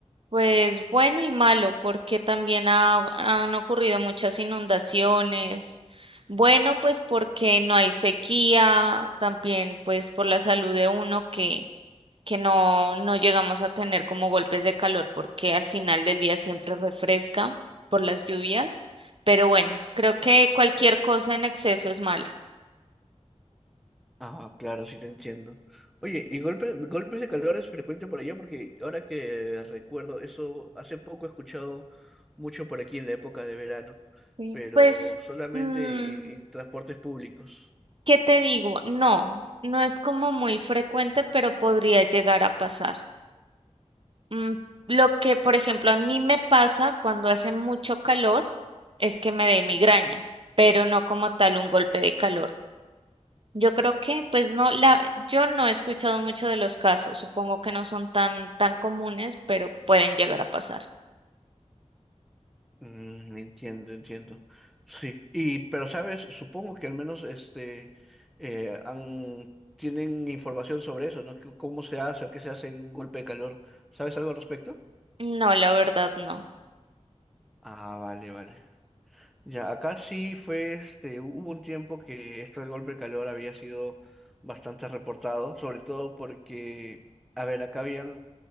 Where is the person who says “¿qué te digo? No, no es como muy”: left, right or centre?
Right